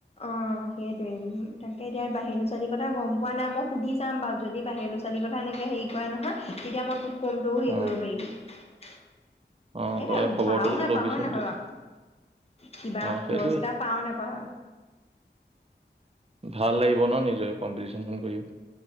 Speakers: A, on the left (about 35°); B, on the right (about 30°).
A: অ সেইোৱি তাকে এতিয়া বাহিৰ ল'ৰা ছোৱালীৰ কথা গম পোৱা নাই মই সুধি চাম বাৰু যদিাহিৰ ল'ৰাোৱালীৰ কথা এনেকৈ হেৰি কৰে নহয় তেতিয়া মই কমটোও হেৰি
B: অ
A: কৰিব পাৰি
B: অ
A: এইটো
B: তই খবৰটো
A: পাও নোপাওঁ
B: ল'বিচোন
A: নহয়
B: তেতিয়া
A: ব কিবা
B: অ
A: পুৰস্কাৰ
B: সেইটোৱে
A: পাও নোপাওঁ
B: ভাল লাগিব ন নিজ কম্পিটি জংঘল কৰিও